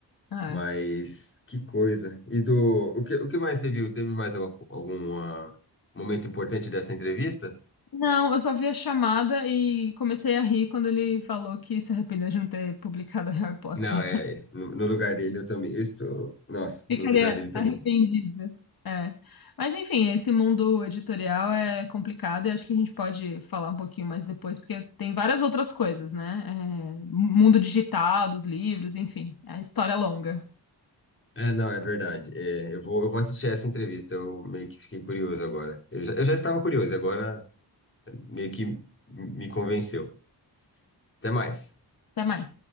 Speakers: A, on the left; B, on the left.
A: é.
B: Mas que coisa. E do. O que, o que mais você viu? Teve mais algum, algum momento importante dessa entrevista?
A: Não, eu só vi a chamada e comecei a rir quando ele falou que se arrependeu de não ter publicado <laughs> Harry Potter.
B: Não, é. No, no lugar dele eu também. Eu estou. Nossa,
A: Ficaria
B: no lugar dele também.
A: arrependida. É. Mas enfim, esse mundo editorial é complicado e acho que a gente pode falar um pouquinho mais depois, porque tem várias outras coisas, né? É, mundo digital, dos livros, enfim, é a história é longa.
B: É, não, é verdade. É, eu vou, eu vou assistir essa entrevista. Eu meio que fiquei curioso agora. Eu já, eu já estava curioso, agora meio que me convenceu. Até mais.
A: Até mais.